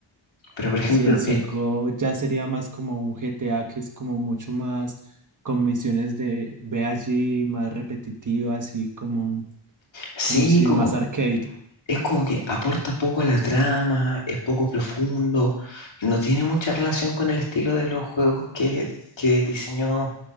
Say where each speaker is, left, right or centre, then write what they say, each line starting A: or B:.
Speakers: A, on the left; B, on the right.
A: Pero, por ejemplo,
B: Sí, el 5
A: el-
B: ya sería más como un GTA que es como mucho más con misiones de ve allí, más repetitivo, así como,
A: sí,
B: como si
A: como,
B: más arcade.
A: es como que aporta poco a la trama, es poco profundo, no tiene mucha relación con el estilo de los juegos que, que diseñó